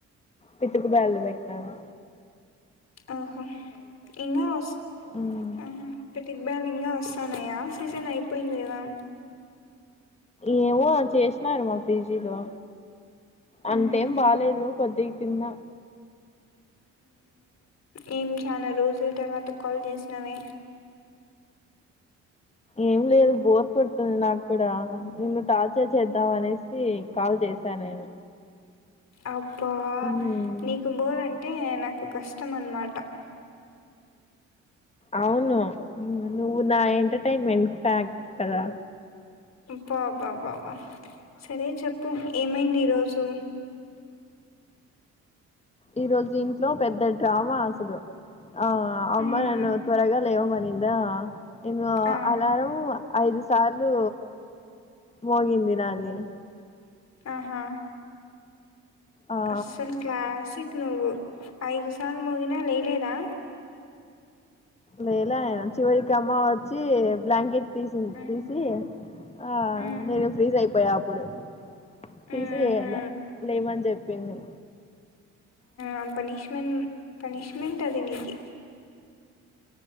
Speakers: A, on the left; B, on the left.
A: పితుకు బల్లు పెట్నాను
B: ఆహో ఇకా వస్
A: మ్మ్
B: ఆ దిగ్ బ్యానింగ్ వస్తానయా సీజన్ అయిపోయింది కదా
A: ఏ చేసినమా పిజీలో అంతేం
B: మ్మ్హ.
A: బాలేేదు కొద్ది తింద
B: ఏం చాలా రోజుల తర్వాత కాల్ చేసినావే
A: ఏం లేదు బోర్ కొడుతుంది నాకు కూడా నిన్న టార్చర్ చేద్దాం అనేసి కాల్ చేశా నేను
B: అప్పా
A: మ్మ్
B: నీకు పో ర అం అంటే నాకు కష్టం అన్నమాట
A: అవును నువ్వు నా ఎంటర్టైన్మెంట్ ఫ్యాక్ట్ కదా
B: బా బా బా బా సరే చెప్పు ఏమైంది ఈరోజు
A: ఈ రోజు ఇంట్లో పెద్ద డ్రామా అసలు ఆ అమ్
B: హ్మ్.
A: నన్ను త్వరగా లేయవ మనింద ఇను
B: ఆ!
A: అలారంమ్ ఐదు సార్లు మోగింది నాది
B: ఆహా
A: ఆ
B: అసలు క్లాసి నువ్వు ఐదు సార్ మగినా నెలేదా
A: లేలా చివరికి అమ్మ వచ్చి ప్లాంకెట్ తీసి
B: హ్మ్.
A: తీసి ఆ
B: హ్మ్.
A: నేను ఫ్రీజ్ అయిపోయా అప్పుడు
B: హుహు.
A: తీసివేయాల లేమని చెప్పింది
B: ఆ పనిష్మెంట్ పనిిష్మెంట్ అది ననికి